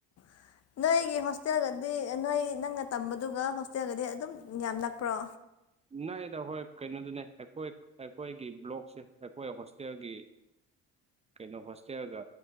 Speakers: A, on the left (about 50°); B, on the right (about 20°).
A: <inaudible> ꯅꯣꯏꯒꯤ ꯍꯣꯁꯇꯦꯜꯒꯗꯤ ꯅꯣꯏ ꯅꯪꯅ ꯇꯝꯕꯗꯨꯒ ꯍꯣꯁꯇꯦꯜꯒꯗꯤ ꯑꯗꯨꯝ ꯌꯥꯝ ꯅꯛꯄ꯭ꯔꯣ
B: ꯅꯛꯑꯦꯗ ꯍꯣꯏ ꯀꯩꯅꯣꯗꯨꯅꯦ ꯑꯩꯈꯣꯏ ꯑꯩꯈꯣꯏꯒꯤ ꯕ꯭ꯂꯣꯛꯁꯦ ꯑꯩꯈꯣꯏ ꯍꯣꯁꯇꯦꯜꯒꯤ ꯀꯩꯅꯣ ꯍꯣꯁꯇꯦꯜꯒ